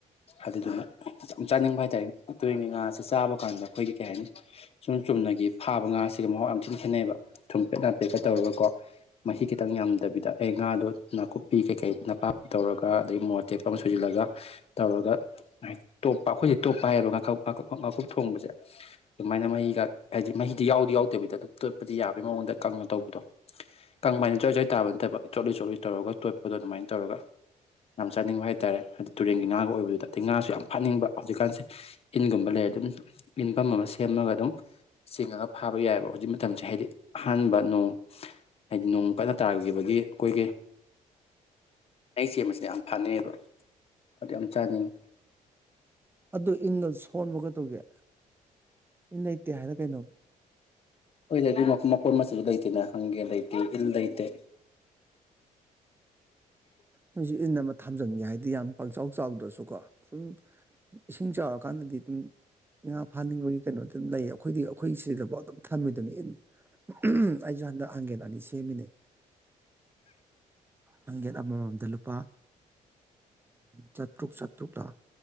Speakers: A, on the left (about 45°); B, on the right (about 15°).
A: ꯑꯗꯨꯗꯨꯅ ꯌꯥꯝ ꯆꯥꯅꯤꯡꯕ ꯍꯥꯏ ꯇꯥꯏ ꯇꯨꯔꯦꯟꯒꯤ ꯉꯥꯥꯁꯤ ꯆꯥꯕ ꯀꯥꯟꯗ ꯑꯩꯈꯣꯏꯒꯤ ꯀꯩ ꯍꯥꯏꯅꯤ ꯁꯨꯝ ꯆꯨꯝꯅꯒꯤ ꯐꯥꯕ ꯉꯥꯁꯤꯒ ꯃꯍꯥꯎ ꯌꯥꯝ ꯊꯤꯅ ꯈꯦꯠꯅꯩꯑꯕ ꯊꯨꯝꯄꯦꯠ ꯂꯥꯄꯦꯠꯀ ꯇꯧꯔꯒꯀꯣ ꯃꯍꯤ ꯈꯤꯇꯪ ꯌꯥꯝꯗꯕꯤꯗ ꯑꯦ ꯉꯥꯗꯣ ꯅꯥꯀꯨꯞꯄꯤ ꯀꯩꯀꯩ ꯅꯄꯥꯛꯄꯤ ꯇꯧꯔꯒ ꯑꯗꯒꯤ ꯃꯣꯔꯣꯛ ꯑꯇꯦꯛꯄ ꯑꯃ ꯁꯣꯏꯖꯤꯜꯂꯒ ꯇꯧꯔꯒ ꯇꯣꯞꯄ ꯑꯩꯈꯣꯏ ꯇꯣꯞꯄ ꯍꯥꯏꯌꯦꯕ ꯉꯥꯈ ꯉꯥꯀꯨꯞ ꯉꯥꯀꯨꯞ ꯊꯣꯡꯕꯁꯦ ꯑꯗꯨꯃꯥꯏꯅ ꯃꯍꯤꯒ ꯍꯥꯏꯗꯤ ꯃꯍꯤꯗꯤ ꯌꯥꯎꯗꯤ ꯌꯥꯎꯗꯕꯤꯗ ꯑꯗꯨꯝ ꯇꯣꯠꯄꯗꯤ ꯌꯥꯕꯩ ꯃꯑꯣꯡꯗ ꯀꯪꯅ ꯇꯧꯕꯤꯗꯣ ꯀꯪꯕ ꯍꯥꯏꯅ ꯖ꯭ꯋꯥꯏ ꯖ꯭ꯋꯥꯏ ꯇꯥꯕ ꯅꯠꯇꯕ ꯆꯣꯠꯂꯤ ꯆꯣꯠꯂꯤ ꯇꯧꯔꯒ ꯇꯣꯠ ꯗꯣ ꯑꯗꯨꯃꯥꯏꯅ ꯇꯧꯔꯒ ꯌꯥꯝꯝ ꯆꯥꯅꯤꯡꯕ ꯍꯥꯏꯇꯥꯔꯦ ꯍꯥꯏꯗꯤ ꯇꯨꯔꯦꯟꯒꯤ ꯉꯥꯒ ꯑꯣꯏꯕꯗꯨꯗ ꯑꯗꯒꯤ ꯉꯥꯁꯨ ꯌꯥꯝ ꯐꯥꯅꯤꯡꯕ ꯀꯥꯟꯁꯦ ꯏꯟꯒꯨꯝꯕ ꯂꯩ ꯑꯗꯨꯝ ꯏꯟꯐꯝ ꯑꯃ ꯁ ꯁꯦꯝꯃꯒ ꯑꯗꯨꯝ ꯆꯤꯡꯉꯒ ꯐꯥꯕ ꯌꯥꯏꯌꯦꯕ ꯍꯧꯖꯤꯛ ꯃꯇꯝꯁꯦ ꯍꯥꯏꯗꯤ ꯑꯍꯥꯟꯕ ꯅꯣꯡ ꯍꯥꯏꯗꯤ ꯅꯣꯡ ꯀꯟꯅ ꯇꯥꯈꯤꯕꯒꯤ ꯑꯩꯈꯣꯏꯒꯤ ꯑꯩꯆ ꯁꯦꯝꯕꯁꯤꯅ ꯌꯥꯝ ꯐꯥꯅꯩꯌꯦꯕ ꯑꯗꯨ ꯌꯥꯝ ꯆꯥꯅꯤꯡꯉꯤ
B: ꯑꯗꯨ ꯏꯟꯗꯣ ꯁꯣꯟꯕ ꯀꯩꯗꯧꯒꯦ ꯏꯟ ꯂꯩꯇꯦ ꯍꯥꯏꯔ ꯀꯩꯅꯣ
A: ꯍꯣꯏꯗ ꯑꯗꯨ ꯃꯄꯣꯠ ꯃꯆꯩꯁꯨ ꯂꯩꯇꯦꯅ ꯍꯪꯒꯦ ꯂꯩꯇꯦ ꯏꯜ ꯂꯩꯇꯦ
B: ꯃꯣꯏꯁꯨ ꯏꯟ ꯑꯃ ꯊꯝꯖꯟꯒꯦ ꯍꯥꯏꯗ ꯗꯤ ꯌꯝ ꯄꯪꯆꯥꯎ ꯆꯥꯎꯗ꯭ꯔꯁꯨꯀꯣ ꯁꯨꯝ ꯏꯁꯤꯡ ꯆꯥꯎꯔ ꯀꯥꯟꯗꯗꯤ ꯑꯗꯨꯝ ꯉꯥ ꯐꯥꯅꯤꯡꯕꯒꯤ ꯀꯩꯅꯣ ꯑꯗꯨꯝ ꯂꯩ ꯑꯩꯈꯣꯏꯗꯤ ꯑꯩꯈꯣꯏ ꯁꯤꯗꯐꯥꯎ ꯑꯗꯨꯝ ꯊꯝꯃꯤꯗꯨꯅꯤ ꯢꯟ ꯎꯝ ꯑꯩꯁꯨ ꯍꯟꯗꯛ ꯍꯥꯡꯒꯦꯟ ꯑꯅꯤ ꯁꯦꯝꯃꯤꯅꯦ ꯍꯪꯒꯦꯟ ꯑꯃꯃꯝꯗ ꯂꯨꯄꯥ ꯆꯥꯇ꯭ꯔꯨꯛ ꯆꯥꯇ꯭ꯔꯨꯛ ꯂ